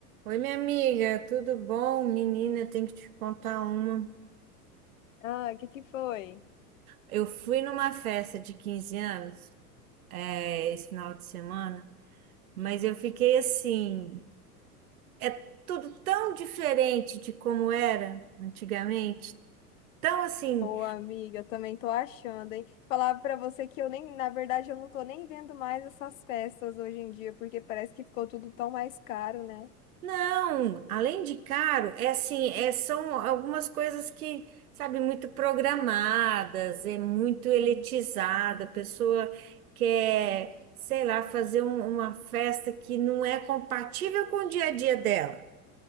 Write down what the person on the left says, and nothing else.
Ah, o que que foi?
Ô, amiga, eu também tô achando, hein? Falava pra você que eu nem, na verdade, eu não tô nem vendo mais essas festas hoje em dia, porque parece que ficou tudo tão mais caro, né?